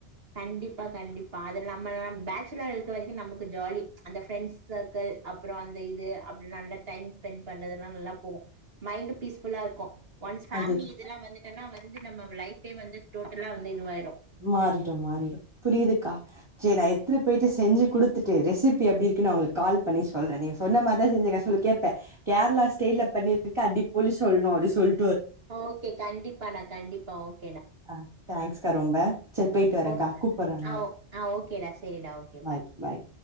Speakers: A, on the right; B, on the right.
A: கண்டிப்பா கண்டிப்பா அதுல நம்ம பேச்சுலரா இருக்க வரைக்கு நமக்கு ஜாலி அந்த ஃப்ரெண்ட்ஸ் சர்க்கிள் அப்றோ அந்த இது அப்படல்லா நல்லா டைம் ஸ்பென்ட் பண்றது எல்லா நல்லா போகு மைண்ட் பீஸ் ஃபுல்லா இருக்கு ஒன்ஸ் ஃபேமிலி
B: அதுதான்
A: இதெல்லா வந்துட்டன்னா வ ந்து நம்ம லைஃப் டைம் வந்து டோட்டலா வந்து இதுவா
B: மாறி ட்டு மாறிரு புரிதுக்கா செரி நா எத்துட்டு போயிட்டு செஞ்சு குடுத்துட்டு ரெசிப்பி எப்டி இருக்குனு அவுங்களுக்கு கால் பண்ணி சொல்றே நீங்க சொன்ன மாதிரிதா செஞ்சிருக்கே சொல் கேப்பே கேரளா ஸ்டைல்ல பண்ணியிருக்கே அடி பொலி சொல்ணு அப்டின் சொல்
A: ஓகே கண்டிப்பானா கண்டிப்பா ஓ
B: ஆ தேங்க்ஸ்கா ரொம்ப செர் போயிட்டு வறேங்க்கா
A: ஓ
B: கூப்படுறங்க
A: ஆ ஓ ஆ ஓகேடா. சரிடா. ஓகே.
B: பாய் பாய்